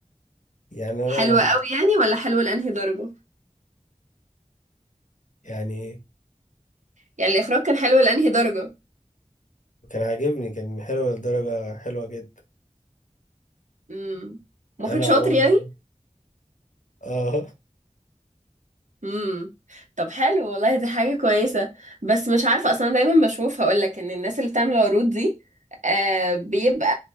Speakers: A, on the left; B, on the right.
A: يعني أنا
B: حلو قوي يعني ولا حلو لأنهي درجة
A: يعني
B: يعني الإخراج كان حلو لأنهي درجة
A: كان عاجبني كان حلو لدرجة حلوة جدا
B: امم مخرج
A: أنا
B: شاطر
A: عمري
B: يعني
A: آه
B: امم طب حلو والله دي حاجة كويسة بس مش عارفة اصلا دايما بشوف هقولك ان الناس اللي بتعمل عروض دي آه بيبقى